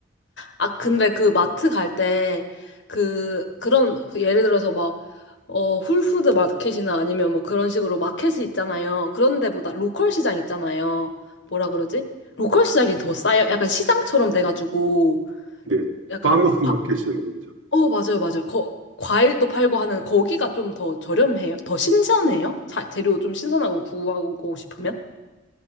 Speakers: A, on the left; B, on the right.
A: 아, 근데 그 마트 갈 때, 그, 그런, 그 예를 들어서 막, 어, 홀푸드 마켓이나 아니면 뭐 그런 식으로 마켓이 있잖아요. 그런 데보다 로컬 시장 있잖아요. 뭐라 그러지? 로컬 시장이 더 싸요. 약간 시장처럼 돼가지고,
B: 예.
A: 약간,
B: 파머스
A: 과-
B: 마켓이라고 그러죠.
A: 어, 맞아요, 맞아요. 거, 과일도 팔고 하는 거기가 좀 더 저렴해요. 더 신선해요? 자, 재료 좀 신선하고 구하고 싶으면?